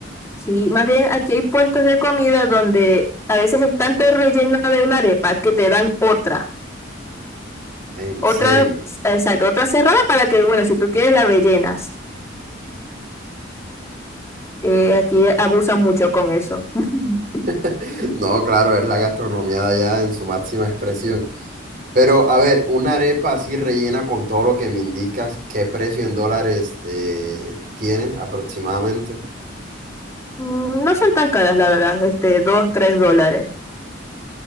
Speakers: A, on the left; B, on the right.
A: sí, más bien aquí hay puestos de comida donde a veces es tanto el relleno de una arepa que te dan otra.
B: en
A: Otra,
B: serio.
A: exacto, otra cerrada para que, bueno, si tú quieres la rellenas. Eh, aquí abusan mucho con eso. <laughs>
B: <laughs> No, claro, es la gastronomía de allá en su máxima expresión. Pero, a ver, una arepa así rellena con todo lo que me indicas, ¿qué precio en dólares eh, tiene aproximadamente?
A: Mm, No son tan caras, la verdad, este, dos, tres dólares.